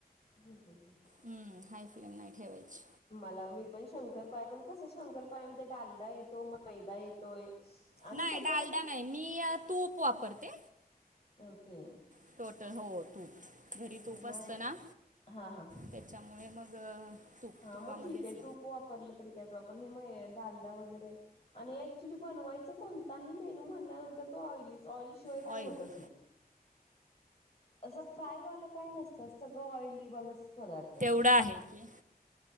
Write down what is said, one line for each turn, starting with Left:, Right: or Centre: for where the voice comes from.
Left: हं हं हं
Right: हं हाय फ्लेम नाही ठेवायची.
Left: मला मी पण शंकरपाळ्या पण कसं शंकरपाळ्यामध्ये डालडा येतो. मैदा येतोय आणि
Right: नाही
Left: सगळं
Right: डालडा
Left: म्हणजे
Right: नाही मी यात तूप वापरते.
Left: ओके
Right: <inaudible> हो तूप घरी तूप
Left: नाही
Right: असतं ना
Left: हा हा हा.
Right: त्याच्यामुळे मग तूप
Left: हा
Right: तुपामध्येच
Left: मग ठीक आहे तूप वापरलं तरी काय प्रॉब्लेम आपण हे मग डालडा वगैरे आणि एक ॲक्चुली बनवायच कोणताही मेनू म्हणल्यानंतर तो ऑइलीच ऑइलशिवाय
Right: ऑइली
Left: काही होतच नाही. असं फ्राय वालं काही नसतच. सगळं ऑइली वालच पदार्थ आहेत
Right: पुढ आहे की,